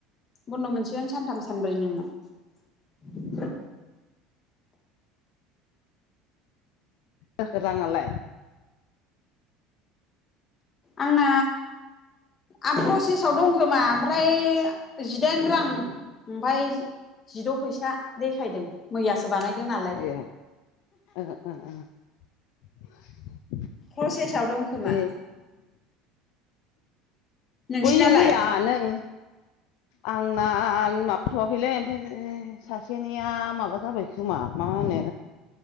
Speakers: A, on the left (about 40°); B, on the left (about 70°).
A: बन्द' मोनसेयावनो सानथाम सानब्रैनि उनाव
B: जाखो राङालाय।
A: आंना आं प्रसेसाव दंखोमा ओमफ्राय जिदाइन रां ओमफ्राय जिद' फैसा देखायदों मैया। बानायदों नालाय।
B: ए ओहो ओहो <inaudible>
A: प्रसेसआव दंखोमा
B: दे
A: नोंसिनालाय
B: बैयो मैया नों आंना माबाथवाखैलै ओमफ्राय सासेनिया माबा जाबाय खोमा माबा मा होनो